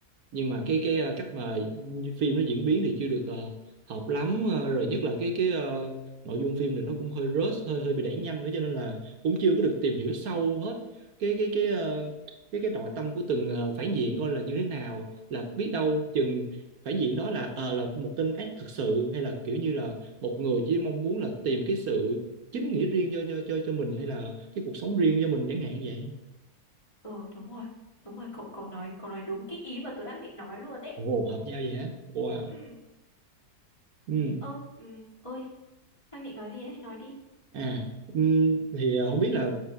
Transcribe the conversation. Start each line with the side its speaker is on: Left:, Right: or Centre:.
Right: nhưng mà cái cái ờ, cách mà phim nó diễn biến thì chưa được ờ, hợp lắm Ờ, rồi nhất là cái cái ờ, nội dung phim thì nó cũng hơi rush hơi hơi bị đẩy nhanh nữa cho nên là cũng chưa có được tìm hiểu sâu hết cái cái cái ờ, cái cái nội tâm của từng ờ, phản diện coi là như thế nào là biết đâu chừng phản diện đó là ờ, là một tên ác thực sự hay là kiểu như là một người chỉ mong muốn là tìm cái sự chính nghĩa riêng cho cho cho cho mình hay là cái cuộc sống riêng cho mình chẳng hạn vậy
Left: ừ đúng rồi đúng rồi cậu cậu nói cậu nói đúng cái ý mà tớ đang định nói luôn đấy
Right: ồ hợp nhau vậy hả wow
Left: ừ
Right: ừ
Left: ơ ừ ơi đang định nói gì đấy nói đi
Right: À, ừm, thì ờ, không biết là